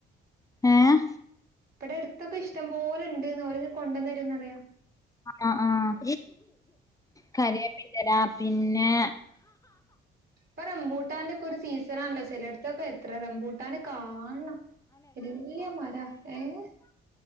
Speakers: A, on the left; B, on the right.
A: ഏഹ്
B: ഇവിടെ അടുത്തൊക്കെ ഇഷ്ടം പോലെണ്ട് അവര് ഇങ്ങ് കൊണ്ടുവന്ന് തരുംന്നറിയാം
A: ആഹ് ആഹ് കറിവേപ്പ് പിന്നെ
B: ഇപ്പൊ റംബൂട്ടാൻന്റെക്കെ ഒരു സീസണാണല്ലോ ചിലടത്തൊക്കെ എത്ര റംബൂട്ടാൻനാ കാണണം വല്യ മരാ ഏഹ്